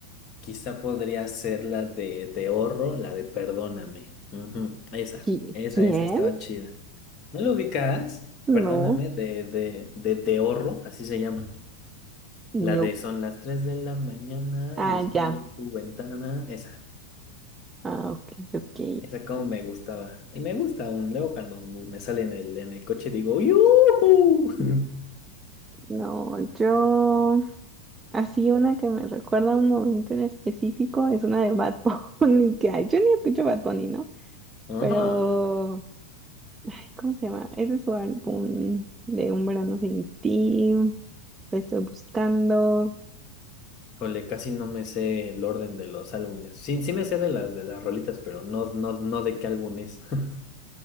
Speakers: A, on the left; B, on the right.
A: quizá podría ser la de, de Horro, la de Perdóname. Ujú, Esa,
B: ¿Qui-
A: esa,
B: ¿Quién?
A: esa, estaba chida. ¿No lo ubicas?
B: No,
A: Perdóname, de, de, de, de Horro, así se llama.
B: no.
A: La de son las tres de la mañana
B: Ah,
A: y estoy
B: ya.
A: en tu ventana. Esa,
B: Ah, ok, ok.
A: esa como me gustaba. Y me gusta aún, luego cuando me sale en el, en el coche digo, ¡Yuhu! <laughs>
B: No, yo... Así una que me recuerda a un momento en específico es una de Bad <laughs> Bunny, que ay, yo ni escucho Bad Bunny, ¿no?
A: Ajá.
B: Pero, ay, ¿cómo se llama? Ese es su álbum de Un verano sin ti, lo estoy buscando.
A: Híjole, casi no me sé el orden de los álbumes. Sí, sí me sé de las de las rolitas, pero no, no, no de qué álbum es. <laughs>